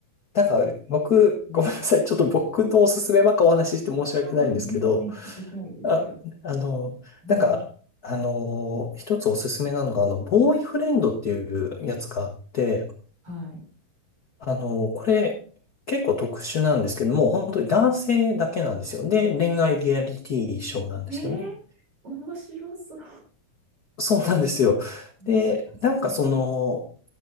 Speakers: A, on the left (about 70°); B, on the right (about 45°).
A: なんか、僕、<laughs> ごめんなさい。ちょっと僕のおすすめばっかお話しして申し訳ないんですけど、
B: うんうん、全然聞きたいですよ。
A: あ、あの、
B: うん、
A: なんか、あの、一つおすすめなのが、あの、ボーイフレンドっていうやつがあって、
B: はい。
A: あの、これ、結構特殊なんですけども、本当に男性だけなんですよ。で、恋愛リアリティショーなんですよね。
B: ええ面白そう。
A: そ <laughs> うなんですよ。
B: 面白そう。
A: で、なんかその、